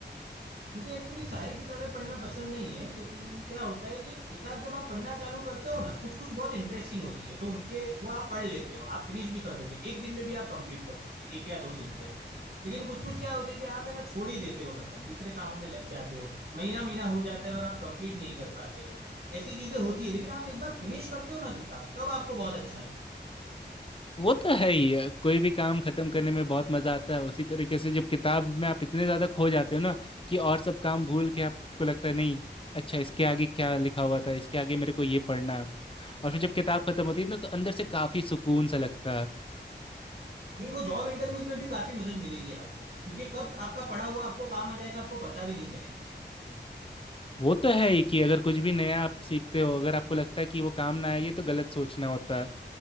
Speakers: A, on the right; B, on the left.
A: मुझे एक्चुअली सारी किताबें पढ़ना पसंद नहीं है लेकिन क्या होता है कि किताब जब आप पढ़ना चालू करते हो ना कुछ कुछ बहुत इंटरेस्टिंग होती है तो उनके वो आप पढ़ लेते हो आप फिनिश भी कर दोगे एक दिन में भी आप कंप्लीट कर दोगे एक या दो दिन के अंदर लेकिन कुछ कुछ क्या होते है कि आप है ना छोड़ ही देते हो मतलब दूसरे कामों में लग जाते हो महीना महीना हो जाता है और आप कंप्लीट नहीं कर पाते हो ऐसी चीजें होती है लेकिन आप एक बार फिनिश करते हो ना किताब तब आपको बहुत अच्छा लगता है
B: वो तो है ही है। कोई भी काम खत्म करने में बहुत मजा आता है उसी तरीके से जब किताब में आप इतने ज्यादा खो जाते हो ना कि और सब काम भूल के आपको लगता है नहीं अच्छा इसके आगे क्या लिखा हुआ था इसके आगे मेरे को ये पढ़ना है और फिर जब किताब खत्म होती है ना तो अंदर से काफी सुकून सा लगता है
A: नहीं वो जॉब इंटरव्यूज में भी काफी मदद मिलेगी आपको क्योंकि कब आपका पढ़ा हुआ आपको काम आ जाएगा आपको पता भी नहीं चलेगा
B: वो तो है ही कि अगर कुछ भी नया आप सीखते हो अगर आपको लगता है कि वो काम ना आए ये तो गलत सोचना होता है